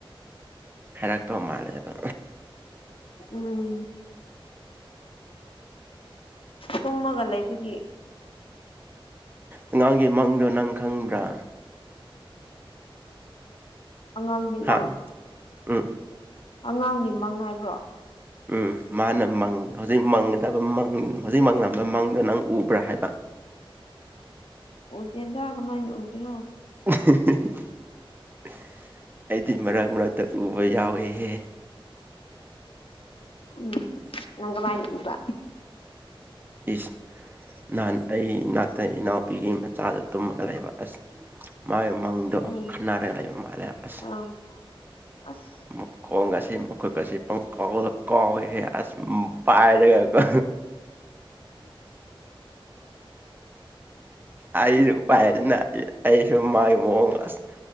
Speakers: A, on the right; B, on the left.
A: ꯍꯔꯥꯛꯇꯣ ꯃꯥꯂꯦꯕ
B: ꯎꯝ ꯇꯨꯝꯃꯒ ꯂꯩꯕꯒꯤ
A: ꯑꯉꯥꯡꯒꯤ ꯃꯪꯗꯣ ꯅꯪ ꯈꯪꯕ꯭ꯔꯥ
B: ꯑꯉꯥꯡꯒꯤ ꯃꯪ
A: ꯍꯥ ꯎꯝ
B: ꯑꯉꯥꯡꯒꯤ ꯃꯪ ꯍꯥꯏꯕ꯭ꯔꯣ
A: ꯎꯝ ꯃꯥꯅ ꯃꯪ ꯍꯧꯖꯤꯛ ꯃꯪꯒꯗꯕ ꯃꯪ ꯍꯧꯖꯤꯛ ꯃꯪꯂꯝꯕ ꯃꯪꯗꯣ ꯅꯪ ꯎꯕ꯭ꯔꯥ ꯍꯥꯏꯕ
B: ꯎꯗꯦꯗ ꯀꯃꯥꯏꯅ ꯎꯒꯦꯔꯣ
A: <inaudible> ꯑꯩꯗꯤ ꯃꯔꯛ ꯃꯔꯛꯇ ꯎꯕ ꯌꯥꯎꯋꯦꯍꯦ
B: ꯎꯝ ꯅꯪ ꯀꯃꯥꯥꯏꯅ ꯎꯕ
A: ꯏꯁ ꯅꯍꯥꯟ ꯑꯩ ꯏꯅꯥꯛꯇ ꯏꯅꯥꯎꯄꯤꯒꯤ ꯃꯆꯥꯗ ꯇꯨꯝꯃꯒ ꯂꯩꯕ ꯑꯁ ꯃꯥꯒꯤ ꯃꯪꯗꯣ
B: ꯎꯝ
A: ꯈꯟꯅꯔꯒ ꯂꯩꯕ ꯃꯥꯜꯂꯦ ꯑꯁ
B: ꯑꯥ ꯑꯁ
A: ꯃꯈꯣꯡ ꯒꯥꯁꯤ ꯃꯈꯨꯠ ꯀꯁꯤ ꯄꯪ ꯀꯥꯎꯗ ꯀꯥꯎꯏꯍꯦ ꯑꯁ ꯄꯥꯏꯔꯒ ꯑꯩꯁꯨ ꯄꯥꯏꯔꯦꯗꯅ ꯑꯩꯁꯨ ꯃꯥꯒꯤ ꯃꯑꯣꯡꯗ ꯑꯁ